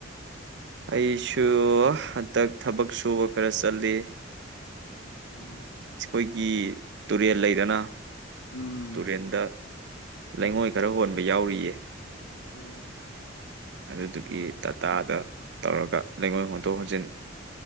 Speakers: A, on the right; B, on the left.
A: ꯑꯩꯁꯨ ꯍꯟꯗꯛ ꯊꯕꯛ ꯁꯨꯕ ꯈꯔ ꯆꯜꯂꯤ
B: ꯎꯝ
A: ꯆꯈꯣꯏꯒꯤ ꯇꯨꯔꯦꯜ ꯂꯩꯗꯅ
B: ꯎꯝ
A: ꯇꯨꯔꯦꯜꯗ ꯂꯩꯉꯣꯏ ꯈꯔ ꯍꯣꯟꯕ ꯌꯥꯎꯔꯤꯌꯦ
B: ꯑꯣ
A: ꯑꯗꯨꯗꯨꯒꯤ ꯇꯥꯇꯥꯗ ꯇꯧꯔꯒ ꯂꯩꯉꯣꯏ ꯍꯣꯟꯗꯣꯛ ꯍꯣꯟꯖꯤꯟ